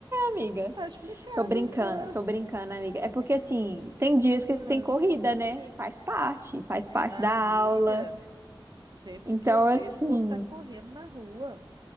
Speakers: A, on the right; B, on the right.
A: amiga?
B: Tá explicado
A: Tô brincando,
B: então.
A: tô brincando, amiga. É porque, assim, tem dias que
B: Ah.
A: tem corrida, né? E faz parte, faz parte
B: Ah,
A: da
B: Amiga,
A: aula.
B: sempre
A: Então,
B: que eu vejo
A: assim,
B: o povo tá correndo na rua.